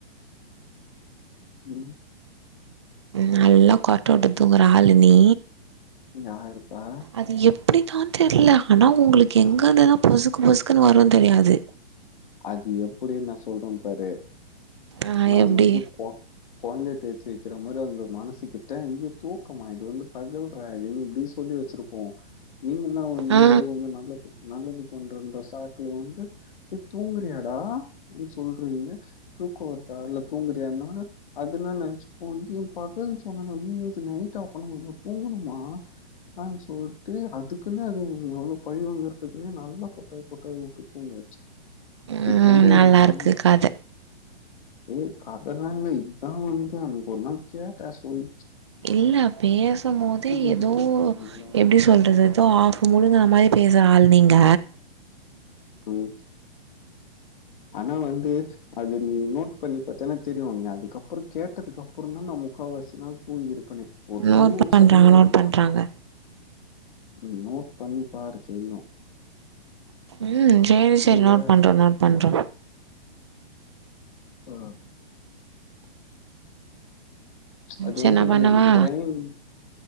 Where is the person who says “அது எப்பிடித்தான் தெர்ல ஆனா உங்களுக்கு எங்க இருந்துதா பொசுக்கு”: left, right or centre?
Right